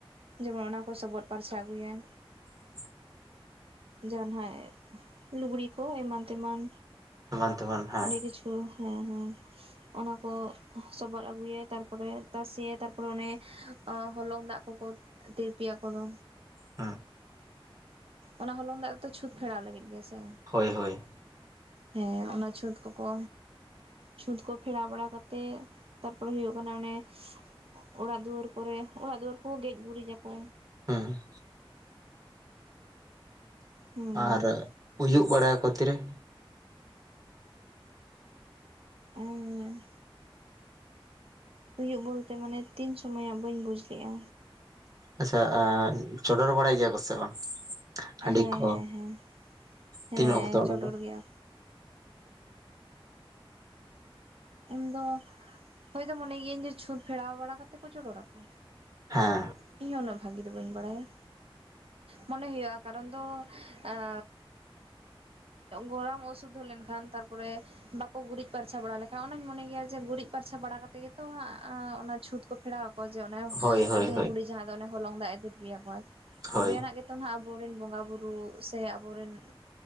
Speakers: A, on the right (about 80°); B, on the right (about 40°).
A: ᱡᱮᱢᱚᱱ ᱚᱱᱟ ᱠᱚ ᱥᱚᱵᱚᱫ ᱯᱟᱨᱪᱟ ᱟᱹᱜᱩᱭᱟᱭ᱾
B: ᱦᱮᱸ
A: ᱡᱟᱦᱱᱟᱜ ᱞᱩᱜᱽᱲᱤ ᱠᱚ ᱮᱢᱟᱱ ᱛᱮᱢᱟᱱ,
B: ᱮᱢᱟᱱ ᱛᱮᱢᱟᱱ᱾ ᱦᱮᱸ
A: ᱟᱹᱰᱤ ᱠᱤᱪᱷᱩ ᱦᱮᱸ ᱦᱮᱸ᱾ ᱚᱱᱟᱠᱚ ᱥᱚᱵᱚᱫ ᱟᱹᱜᱩᱭᱟ ᱛᱟᱨᱯᱚᱨᱮ ᱛᱟᱥᱮᱭᱟᱭ ᱛᱟᱨᱯᱚᱨᱮ ᱚᱱᱮ ᱦᱚᱞᱚᱝ ᱫᱟᱜ ᱠᱚᱠᱚ ᱛᱤᱨᱯᱤᱭᱟᱠᱚ ᱫᱚ᱾
B: ᱦᱮᱸ
A: ᱚᱱᱟ ᱦᱚᱞᱚᱝ ᱫᱟᱜ ᱫᱚ ᱪᱷᱩᱛ ᱯᱷᱮᱲᱟᱣ ᱞᱟᱹᱜᱤᱫ ᱜᱮ ᱥᱮ
B: ᱦᱳᱭ ᱦᱳᱭ
A: ᱦᱮᱸ ᱚᱱᱟ ᱪᱷᱩᱛ ᱠᱚᱠᱚ ᱪᱷᱩᱸᱛ ᱠᱚ ᱯᱷᱮᱲᱟᱣ ᱵᱟᱲᱟ ᱠᱟᱛᱮᱜ ᱛᱟᱨᱯᱚᱨᱮ ᱦᱩᱭᱩᱜ ᱠᱟᱱᱟ ᱚᱱᱮ, ᱚᱲᱟᱜ ᱫᱩᱣᱟᱹᱨ ᱠᱚᱨᱮ ᱚᱲᱟᱜ ᱫᱩᱣᱟᱹᱨ ᱠᱚ ᱜᱮᱡ ᱜᱩᱨᱤᱡᱽ ᱟᱠᱚ᱾
B: ᱦᱮᱸ
A: ᱦᱩᱸ
B: ᱟᱨ ᱩᱭᱩᱜ ᱵᱟᱲᱟᱭᱟᱠᱚ ᱛᱤᱨᱮ?
A: ᱮᱸ ᱩᱭᱩᱜ ᱵᱚᱞᱛᱮ ᱢᱟᱱᱮ ᱛᱤᱱ ᱥᱩᱚᱢᱚᱭᱟᱜ ᱵᱟᱹᱧ ᱵᱩᱡᱽ ᱞᱮᱜᱼᱟ᱾
B: ᱟᱪᱪᱷᱟ ᱪᱚᱰᱚᱨ ᱵᱟᱲᱟᱭ ᱜᱮᱭᱟ ᱠᱚ ᱥᱮ ᱵᱟᱝ? ᱦᱟᱺᱰᱤ
A: ᱦᱮᱸ
B: ᱠᱚ
A: ᱦᱮᱸ ᱦᱮᱸ ᱦᱮᱸ
B: ᱛᱤᱱ ᱚᱠᱛᱚ ᱚᱱᱟ
A: ᱪᱚᱰᱚᱨ
B: ᱫᱚ
A: ᱜᱮᱭᱟ ᱤᱧᱫᱚ ᱦᱳᱭᱛᱚ ᱢᱚᱱᱮ ᱜᱤᱭᱟᱹᱧ ᱡᱮ ᱪᱷᱩᱸᱛ ᱯᱷᱮᱨᱟᱣ ᱵᱟᱲᱟ ᱠᱟᱛᱮᱫ ᱠᱚ ᱪᱚᱰᱚᱨ ᱟᱠᱚ᱾
B: ᱦᱮᱸ
A: ᱤᱧᱦᱚᱸ ᱩᱱᱟᱹᱜ ᱵᱷᱟᱹᱜᱤ ᱫᱚ ᱵᱟᱹᱧ ᱵᱟᱲᱟᱭᱟ᱾ ᱢᱚᱱᱮ ᱦᱩᱭᱩᱜᱼᱟ ᱠᱟᱨᱚᱱ ᱫᱚ ᱟᱸ ᱜᱚᱨᱟᱢ ᱚᱥᱩᱫᱽᱫᱷᱚ ᱞᱮᱱᱠᱷᱟᱱ ᱛᱟᱨᱯᱚᱨᱮ ᱵᱟᱠᱚ ᱜᱩᱨᱤᱡᱽ ᱯᱟᱨᱪᱟ ᱵᱟᱲᱟ ᱞᱮ ᱚᱱᱟᱧ ᱢᱚᱱᱮ ᱜᱮᱭᱟ ᱡᱮ ᱜᱩᱨᱤᱡ ᱯᱟᱨᱪᱷᱟ ᱵᱟᱲᱟ ᱠᱟᱛᱮᱫ ᱜᱮ ᱛᱚ ᱦᱟᱸᱜ ᱚᱱᱟ ᱪᱷᱩᱛ ᱠᱚ ᱯᱷᱮᱲᱟᱣᱟ᱾ ᱡᱮ ᱚᱱᱮ
B: ᱦᱳᱭ ᱦᱳᱭ
A: ᱫᱷᱟᱹᱭ
B: ᱦᱳᱭ
A: ᱵᱩᱲᱦᱤ ᱡᱟᱦᱟᱸ ᱫᱚ ᱚᱱᱮ ᱦᱚᱞᱚᱝ ᱫᱟᱜ ᱮ ᱛᱤᱨᱯᱤ ᱟᱠᱚᱣᱟᱭ
B: ᱦᱳᱭ
A: ᱛᱚᱵᱮᱭᱟᱱᱟᱜ ᱜᱮ ᱜᱮᱛᱚ ᱟᱵᱚᱮᱱ ᱵᱚᱸᱜᱟ ᱵᱩᱨᱩ ᱥᱮ ᱟᱵᱚᱨᱮᱱ